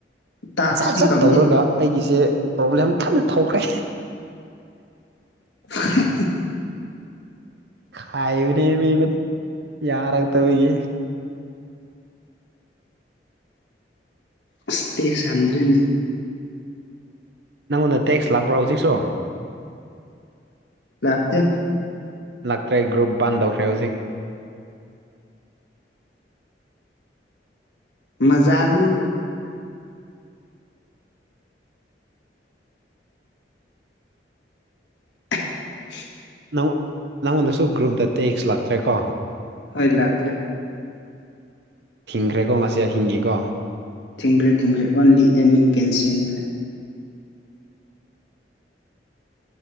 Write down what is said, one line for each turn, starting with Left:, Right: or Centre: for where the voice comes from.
Left: ꯇꯥꯛꯁꯇꯤ
Right: ꯖꯠ ꯖꯠ
Left: ꯀꯝꯄ꯭ꯂꯤꯠ
Right: ꯇꯧꯔꯒ ꯑꯩꯒꯤꯁꯦ ꯄ꯭ꯔꯣꯕ꯭ꯂꯦꯝ ꯀꯟꯅ ꯊꯣꯛꯈ꯭ꯔꯦ
Left: <inaudible>
Right: ꯈꯥꯏꯕꯅꯦ ꯃꯤ ꯃ ꯌꯥꯔꯥꯛ ꯇꯕꯒꯤ
Left: ꯑꯁ ꯇꯦꯛ ꯁꯟꯗ꯭ꯔꯦꯅꯦ
Right: ꯅꯪꯉꯣꯟꯗ ꯇꯦꯛꯁ ꯂꯥꯛꯄ꯭ꯔꯣ ꯍꯧꯖꯤꯛꯁꯨ
Left: ꯂꯥꯛꯇꯦ
Right: ꯂꯥꯛꯇ꯭ꯔꯦ ꯒ꯭ꯔꯨꯞ ꯕꯥꯟ ꯇꯧꯈ꯭ꯔꯦ ꯍꯧꯖꯤꯛ
Left: ꯃꯖꯥꯂꯨ <inaudible>
Right: ꯅꯪ ꯅꯪꯉꯣꯟꯗꯁꯨ ꯒ꯭ꯔꯨꯞꯗ ꯇꯦꯛꯁ ꯂꯥꯛꯇ꯭ꯔꯦꯀꯣ
Left: ꯍꯣꯏ ꯂꯛꯇ꯭ꯔꯦ
Right: ꯊꯤꯡꯒ꯭ꯔꯦꯀꯣ ꯉꯁꯤ ꯍꯤꯡꯒꯤꯀꯣ
Left: ꯊꯤꯡꯈ꯭ꯔꯦ ꯊꯤꯡꯈ꯭ꯔꯦ ꯑꯣꯟꯂꯤ ꯑꯦꯝꯃꯤꯡ ꯀꯦꯟꯁꯤꯟꯅ